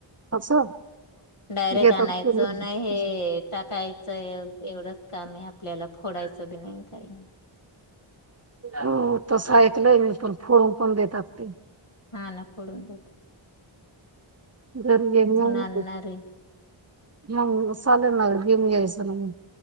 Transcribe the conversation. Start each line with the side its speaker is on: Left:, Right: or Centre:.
Right: असं?
Left: डायरेक्ट
Right: घेतात
Left: आणायचं
Right: ते लोक.
Left: नाही हे टाकायचं एवढंच का नाय आपल्याला फोडायचं बी नाही काही
Right: हो तसं ऐकलंय मी पण फोडून पण देतात ते.
Left: हा ना फोडून देतात.
Right: गरजे <unintelligible>
Left: आणणार आहे.
Right: मग चालेल ना घेऊन घेयचं‌ ना म,